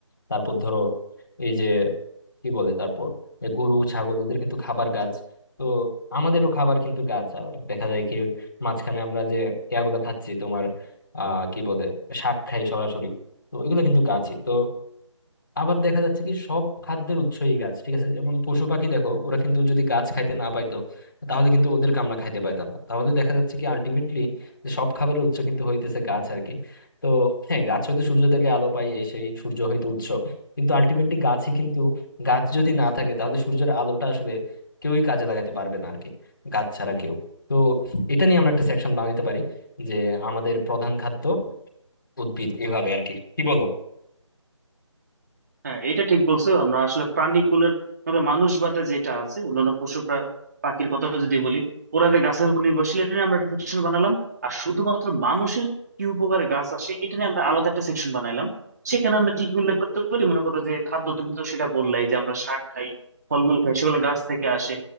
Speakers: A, on the left (about 40°); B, on the right (about 35°).
A: তারপর ধরো এই যে কি বলে তারপর এ গরু ছাগল ওদের কিন্তু খাবার গাছ তো আমাদেরও খাবার কিন্তু গাছ আবার দেখা যায় কি মাঝখানে আমরা যে ইয়াগুলো খাচ্ছি তোমার আহ কি বলে শাক খাই সরাসরি তো এগুলো কিন্তু গাছই তো আবার দেখা যাচ্ছে কি সব খাদ্যের উৎসই গাছ ঠিক আছে যেমন পশু পাখি দেখো ওরা কিন্তু যদি গাছ খাইতে না পাইতো তাহলে কিন্তু ওদেরকে আমরা খাইতে পাইতাম না তাহলে দেখা যাচ্ছে কি আলটিমেটলি যে সব খাবারের উৎস কিন্তু হইতেছে গাছ আর কি তো হ্যাঁ গাছ হইতে সূর্য থেকে আলো পাই এই সেই সূর্য হইতে উৎস কিন্তু আলটিমেটলি গাছই কিন্তু গাছ যদি না থাকে তাহলে সূর্যের আলোটা আসলে কেউই কাজে লাগাতে পারবে না আর কি গাছ ছাড়া কেউ তো এটা নিয়ে আমরা একটা সেকশন বানাইতে পারি যে আমাদের প্রধান খাদ্য উদ্ভিদ এভাবে আর কি কি বলো
B: হ্যাঁ এটা ঠিক বলছো আমরা আসলে প্রাণীকুলের মানে মানুষ বাদে যেটা আছে অন্যান্য পশু প্রা- পাখির কথা যদি বলি ওরা যে গাছের উপর নির্ভরশীল এটা নিয়ে আমরা একটা সেকশন বানালাম আর শুধুমাত্র মানুষের কি উপকারে গাছ আসে এটা নিয়ে আমরা আলাদা একটা সেকশন বানাইলাম সেখানে আমরা কি কি উল্লেখ করতে পারি মনে করো যে খাদ্য তুমি তো সেটা বললাই যে আমরা শাক খাই ফলমূল খাই সেগুলো গাছ থেকে আসে